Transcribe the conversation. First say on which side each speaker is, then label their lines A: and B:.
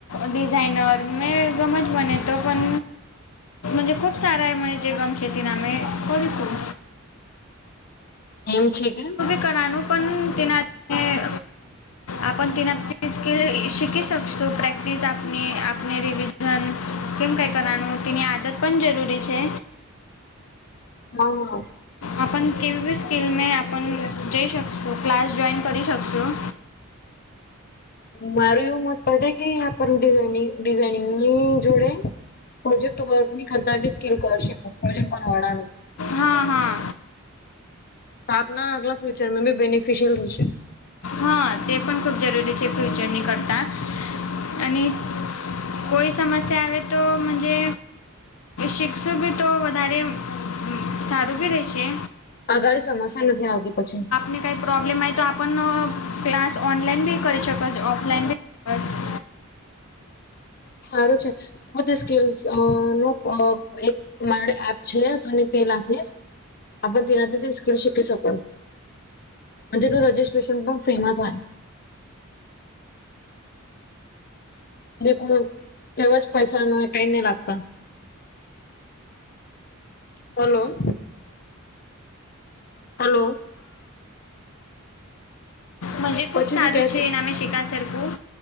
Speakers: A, on the left (about 90°); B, on the left (about 45°).
A: ડિઝાઇનર મેં સમજ મને તો પન મજે ખૂબ સારા એ મને જે ગમશે તેના મે કરીશું.
B: એવું છે એમ.
A: કરાનું પણ તેના મેં આપણ તેનાથી સ્કીલ શીખી શકશુ પ્રેકટિસ આપની રિવીઝન ઝન કેમ કઈ કરાનું તેની આદત પણ જરૂરી છે.
B: હ.
A: આપન કેવી સ્કીલ મેં આપન જઈ શકશું, ક્લાસ જોઈન કરી શકશું.
B: મારું એવું મત પડે કે આપન ડિઝાઇનિંગની જોડે પ્રોજેક્ટ વની કરતા બી સ્કિલર કરશે પ્રોજેક્ટ બનાવણ.
A: હા હા
B: તો આપના અગલા ફ્યુચર મે બી બેનિફિશિયલ હશે.
A: હા તે પણ ખૂબ જરૂરી છે ફ્યુચરની કરતાં. અને કોઈ સમસ્યા આવે તો મંજે શીખશું બી તો વધારે સારું બી રેહશે.
B: અગાળી સમસ્યા નથી આવતી પછી.
A: ને કાઈ પ્રોબ્લેમ આઈ તો આપનો ક્લાસ ઓનલાઈન બી કરી શકે છે ઓફલાઈન બી
B: સારું છે. હું તો સ્કીલ્સ અ નું પ અ એક મારે એપ છે મને તે લખીશ. આપન તેનાથી પન સ્કિલ શીખી શકો અને તેનું રજિસ્ટ્રેશન પણ ફ્રીમાં થાય. દે કોણ તેવા જ પૈસાના કાઈ નહીં લાગતાં. હલો. હલો.
A: મંજે
B: પછી
A: ખૂબ સારું
B: તું ક્યાથી
A: છે ઈનામે શિખા સરખું